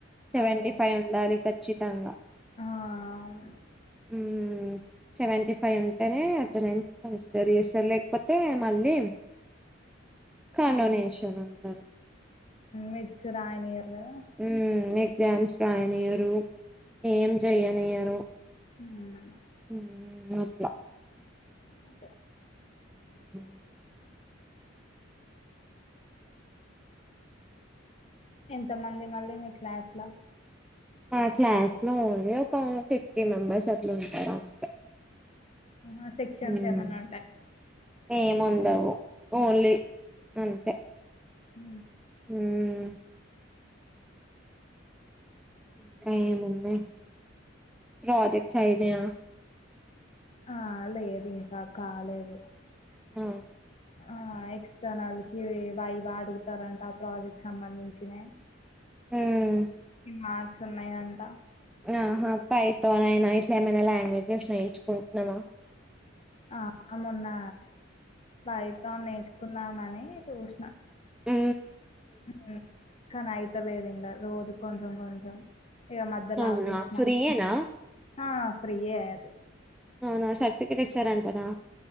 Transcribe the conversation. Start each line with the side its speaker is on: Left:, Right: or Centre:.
Centre: సేవంటి
Left: అదే
Centre: ఫైవ్ ఉండాలి ఖచ్చితంగా
Left: ఆ అవును
Centre: ఉమ్ సెవెంటీ ఫైవ్ ఉంటేనే అటు నైన్ జరిగిస్తారు లేకపోతే మళ్ళీ క్కన్నోనే మీషోనంటారు
Left: మిక్స్ రాయనియరు కదా
Centre: ఉమ్ నీకి జామ్స్ రాయనియ్యరు, ఏం జేయ్యనియ్యరు
Left: హుమ్
Centre: మ్ నోకియా
Left: అదే
Centre: అ
Left: ఎంత మంది మళ్ళీ మీ క్లాస్ లో
Centre: మా క్లాస్ లో ఓన్లీ ఒక ఫిఫ్టీ మెంబెర్స్ అట్లు ఉంటారు అంతే.
Left: ఆ సెక్షన్స్
Centre: మ్మ్
Left: ఏమన్నా ఉంటాయ్
Centre: ఏముండవు ఓన్లీ అంతే
Left: హ
Centre: ఉమ్ ఇంకా ఏమున్నాయ్ ప్రాజెక్ట్స్ అయిపోయ
Left: ఆ లేదు ఇంకా కాలేదు.
Centre: ఆ
Left: ఆ ఎక్స్టర్నల్ కి వైవ అడుగుతారంట ఆ ప్రాజెక్ట్ సంబంధించినే
Centre: ఉమ్
Left: మార్క్స్ ఉన్నాయి అంట.
Centre: ఆహా పైతోనైనా, ఇట్లా ఏమైనా లాంగ్వేజెస్ నేర్చుకుంటుంన్నావా?
Left: ఆ మొన్న పైతాన్ నేర్చుకుందామని చూసా
Centre: ఊ
Left: ఉ కానీ అయితలేదు ఇంకా రోజు కొంచెం కొంచెం ఇక మద్యల
Centre: అవునా
Left: ఆపేసిన
Centre: ఫ్రీయేనా
Left: ఆ ఫ్రీయే అది
Centre: అవునా సర్టిఫికేట్ ఇచ్చారంటనా